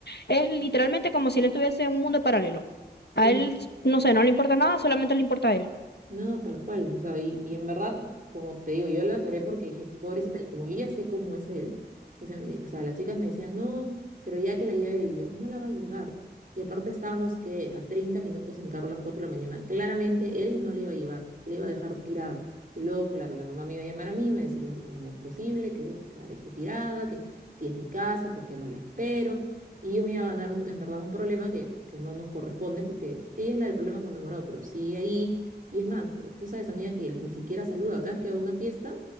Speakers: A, on the left; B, on the right.
A: es literalmente como si él estuviese en un mundo paralelo. A
B: Sí,
A: él, no sé, no le importa nada, solamente le importa a él.
B: No, tal cual. O sea, y, y en verdad, como te digo, yo la paré porque dije, pobrecita, y como yo ya sé cómo es él, mis ami- o sea, las chicas me decían, no, pero ya que la lleve él, y yo, no la va a llevar. Y aparte estábamos que a 30 minutos en carro a las 4 de la mañana. Claramente él no le iba a llevar, le iba a dejar tirada. Y luego, claro, la mamá me iba a llamar a mí, me iba a decir, "Pero ¿cómo es posible que deje, la deje tirada? Que si es mi casa, ¿por qué no la espero? Y yo me iba a ganar un- en verdad un problema que, que no nos corresponde porque ella es la del problema con enamorado, pero sigue ahí y es más, tú sabes, amiga, que él ni siquiera saluda. Cada vez que va a una fiesta,